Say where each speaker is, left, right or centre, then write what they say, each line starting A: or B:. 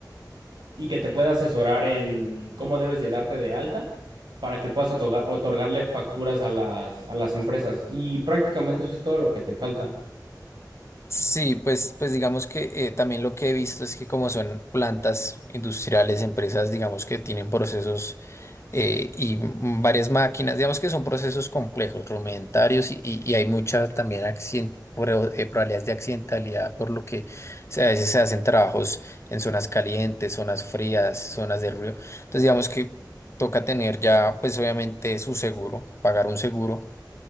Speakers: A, on the right (about 80°); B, on the left (about 40°).
A: y que te pueda asesorar en cómo debes de darte de alta para que puedas otorga- otorgarle facturas a las, a las empresas. Y prácticamente eso es todo lo que te falta.
B: Sí, pues, pues digamos que eh, también lo que he visto es que como son plantas industriales, empresas, digamos que tienen procesos. eh, y varias máquinas. Digamos que son procesos complejos, rudimentarios y, y- y hay mucha también accien- pro- eh, probabilidades de accidentalidad, por lo que se- a veces se hacen trabajos en zonas calientes, zonas frías, zonas de ruido. Entonces, digamos que toca tener ya, pues obviamente su seguro, pagar un seguro